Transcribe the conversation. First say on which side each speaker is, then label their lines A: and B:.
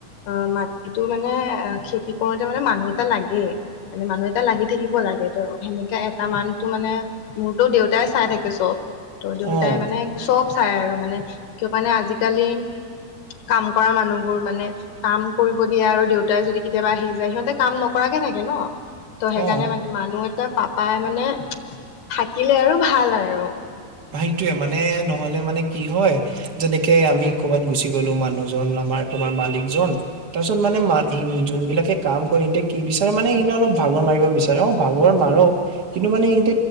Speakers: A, on the left; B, on the right.
A: অ' মাটিটো মানে অ খেতি কৰোতে মানে মানুহ এটা লাগেই। মানে মানুহ এটা লাগি থাকিব লাগে ত সেনেকা এটা মানটো মানে মোৰতো দেউতাই চাই থাকে। চ'ব ত দেউতাই
B: অ',
A: মানে চব চাই আৰু মানে কাৰণে আজিকালি কাম কৰা মানুহবোৰ মানে কাম কৰিব দিয়ে আৰু দেউতাই যদি কেতিয়াবা আহি যায় সিহঁতে কাম নকৰাকে থাকে ন। ত' সেইকাৰণে
B: অ',
A: মানে মানুহ এটা পাপাই মানে থাকিলে আৰু ভাল আৰু।
B: সেইটোয়ে মানে নহলে মানে কি হয় যেনেকে আমি ক'বাত গুচি গ'লো মানুহজন আমাৰ তোমাৰ মালিক জন তাৰপিছত মানে যোন বিলাকে কাম কৰে সিহঁতে কি বিচাৰে মানে এনে অলপ ভাগৰ মাৰিব বিছাৰে। ভাগৰ মাৰক কিন্তু মানে এ